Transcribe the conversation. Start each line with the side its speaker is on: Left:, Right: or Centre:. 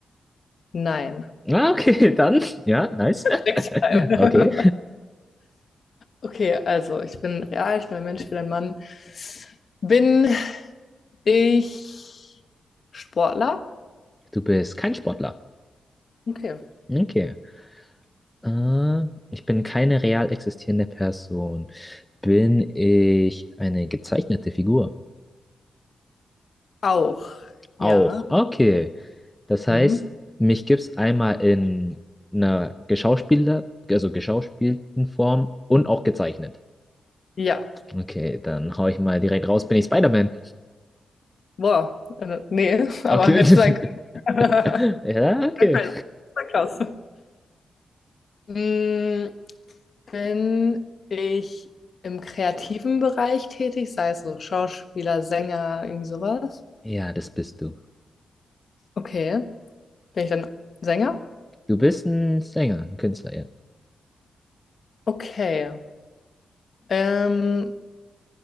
Left: Nein.
Centre: Ah, okay, <laughs> dann, ja, nice.
Left: Sechsmal.
Centre: <laughs>
Left: <laughs>
Centre: Okay.
Left: Okay, also ich bin real, ich bin ein Mensch, ich bin ein Mann. Bin ich Sportler?
Centre: Du bist kein Sportler.
Left: Okay.
Centre: Okay. Äh, ich bin keine real existierende Person. Bin ich eine gezeichnete Figur?
Left: Auch.
Centre: Auch.
Left: Ja.
Centre: Okay. Das heißt,
Left: Hm.
Centre: mich gibt es einmal in einer geschauspieler, also geschauspielten Form und auch gezeichnet.
Left: Ja.
Centre: Okay, dann hau ich mal direkt raus, bin ich Spider-Man.
Left: Boah, äh, nee, <laughs> aber
Centre: Okay.
Left: hätte
Centre: <laughs>
Left: sein können. <laughs>
Centre: Ja, okay.
Left: Okay, das ist ja krass. Mm, Bin ich im kreativen Bereich tätig, sei es so Schauspieler, Sänger, irgendwie sowas?
Centre: Ja, das bist du.
Left: Okay. Bin ich dann Sänger?
Centre: Du bist ein Sänger, ein Künstler, ja.
Left: Okay. Ähm,